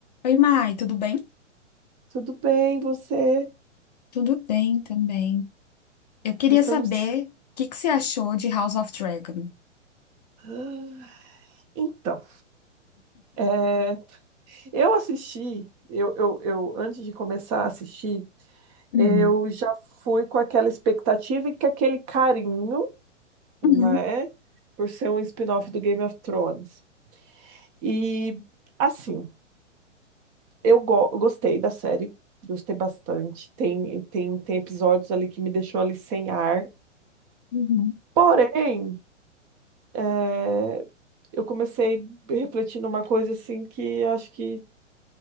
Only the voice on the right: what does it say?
Tudo bem, você?
Você
não. s-
Ah, Então, é, eu assisti, eu, eu, eu, antes de começar a assistir,
eu já fui com aquela expectativa e com aquele carinho, né?
Por ser um spin-off do Game of Thrones. E, assim, eu go- gostei da série, gostei bastante. Tem, tem, tem episódios ali que me deixou ali sem ar.
Porém, é, eu comecei refletindo uma coisa assim que acho que